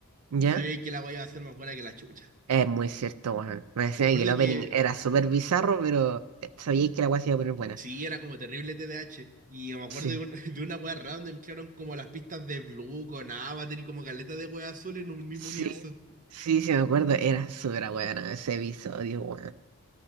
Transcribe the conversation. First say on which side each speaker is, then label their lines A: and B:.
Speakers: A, on the right (about 80°); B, on the right (about 35°).
A: ¿Ya?
B: sabía que la weá iba a ser más buena que la chucha.
A: Es muy cierto, weón. Me decían
B: Me acuerdo
A: que el opening
B: que
A: era súper bizarro, pero eh, sabíais que la wea se iba a poner buena.
B: Sí, era como terrible T D H Y yo me acuerdo
A: Sí.
B: de, un- <laughs> de una wea random, mezclaron como las pistas de Blue con Avatar y como caleta de wea azul en un mismo
A: Sí,
B: universo.
A: sí, sí, me acuerdo. Era súper bueno ese episodio, weón.